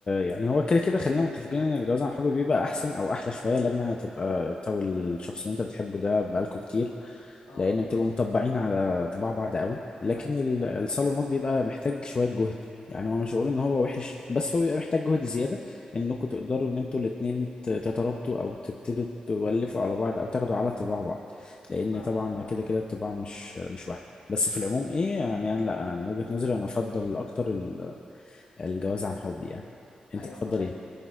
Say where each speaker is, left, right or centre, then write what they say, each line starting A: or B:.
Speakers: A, on the left; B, on the left.
A: يعني هو كده كده خلينا متفقين ان الجواز عن حب بيبقى احسن او احلى شويه لما تبقى انت والشخص اللي انت بتحبه ده بقالكوا كتير
B: اه
A: لان بتبقوا اه مطبعين على طباع بعض قوي لكن
B: ايوه
A: ال- الصالونات بيبقى محتاج شويه جهد يعني هو مش هقول ان هو وحش بس هو بيبقى محتاج جهد زياده انكم تقدروا ان انتوا الاتنين ت- تترابطوا او تبتدوا تولفوا على بعض او تاخدوا على طباع بعض لان
B: فاهمك
A: طبعا فاهم كده كده الطباع مش مش واحده بس في العموم ايه يعني انا لا انا من وجهة نظري انا افضل اكتر ال- الجواز عن حب يعني انت
B: ايوه
A: تفضل
B: فاهم
A: ايه